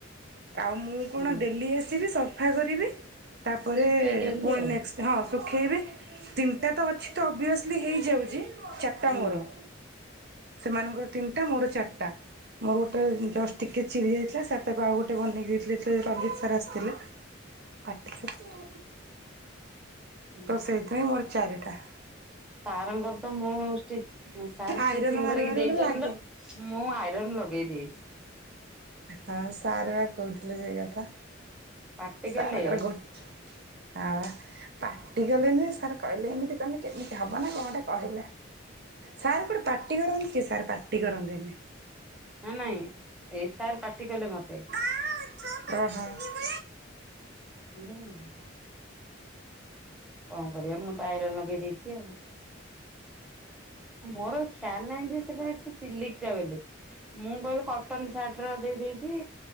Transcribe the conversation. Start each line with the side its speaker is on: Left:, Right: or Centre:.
Right: ଆଉ ମୁଁ କଣ
Centre: ହୁଁ
Right: ଡେଲି ଆସିବି ସଫା କରିବି ତାପରେ
Centre: ଶୁଖେଇ ଦିଅନ୍ତି
Right: ପୁଣି
Centre: ଆଉ
Right: ନେଷ୍ଟ ହଁ ଶୁଖେଇବି ତିନିଟା ତ ଅଛି ତ ଅଭିଅସିଲି ହେଇଯାଉଛି ଚାରିଟା
Centre: ହୁଁ।
Right: ମୋର। ସେମାନଙ୍କର ତିନିଟା ମୋର ଚାରିଟା ମୋର ଗୋଟେ ଜଷ୍ଟ ଟିକେ ଚିରି ଯାଇଥିଲା। ତାକୁ ଆଉ ଗୋଟେ ବନେଇ ଦେଇଥିଲେ ଯେତେବେଳେ ରଞ୍ଜିତ ସାର୍ ଆସିଥିଲେ ପାଟିଚୁ
Centre: ହୁଁ
Right: ତ ସେଇଥି ପାଇଁ ମୋର ଚାରିଟା।
Centre: ସାରଙ୍କରତ ମୋର ଷ୍ଟି ସାର ଷ୍ଟିଚିଙ୍ଗିକରିକି
Right: ଆଇରନ୍ ମାରୁ ମାରୁ
Centre: ଦେଇଛନ୍ତି
Right: ଗୋଟେ ଲାଗେ
Centre: ତ। ମୁଁ ଆଇରନ୍ ଲଗେଇ ଦେଇଚି।
Right: ହଁ ସାର୍ ବା କହୁଥିଲେ ସେଇ କଥା
Centre: ପାଟି
Right: ସାରଙ୍କର
Centre: କଲେ
Right: ଗୋଟେ ହାଁ ବା। ପାଟିକଲେବି ସାର୍ କହିଲେ ଏମିତି କଲେ କେମିତି ହବ ନାଁ କଣଟେ କହିଲା। ସାରେ କୋଉଠିଁ ପାଟି କରନ୍ତି କି ସାର୍ ପାଟି କରନ୍ତି ନି।
Centre: ହଁ ନାଇଁ ସେଇ ସାର୍ ପାଟି କଲେ ମୋତେ।
Right: ଆଁ ଚୌପଟି ଯିବୁ ନା ଓ ହୋ।
Centre: ଗୋଡ ବନା। କଣ କରିବା ମୁଁ ତ ଆଇରନ୍ ଲଗେଇ ଦେଇଚି। ଆଉଁ ମୋର ଆଉଁ ଖ୍ୟାଲ ନାହିଁ ଯେ ସେଟା ଏତେ ସିଲିକ ଟା ବୋଲି। ମୁଁ କହିବି କଟନ ସାର୍ଟ ର ଦେଇଦେଇଚି